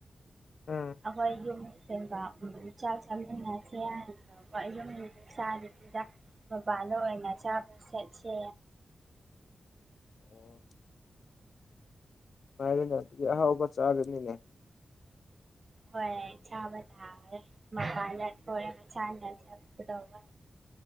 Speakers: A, on the left; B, on the right.
A: ꯎꯝ
B: ꯑꯩꯈꯣꯏ ꯌꯨꯝ ꯄꯦ ꯎꯝ ꯆꯥꯛ ꯆꯥꯃꯤꯟꯅꯁꯦ ꯍꯥꯏꯅꯥ ꯇꯧꯕꯥ ꯌꯨꯝꯒꯤ ꯆꯥꯗꯣꯏꯅꯤꯗ ꯃꯄꯥꯟꯗ ꯑꯣꯏꯅ ꯆꯥꯕ ꯁꯦꯠꯁꯦ
A: ꯑꯣ ꯑꯗꯨꯅꯥꯗꯤ ꯑꯍꯥꯎꯕ ꯆꯥꯒꯅꯤꯅꯦ
B: ꯍꯣꯏ ꯆꯥꯕ ꯇꯥꯔꯦ ꯃꯄꯟꯗ ꯀꯣꯏꯔꯒ ꯆꯅꯤꯡꯉꯏ ꯆꯥꯠꯀꯗꯧꯕ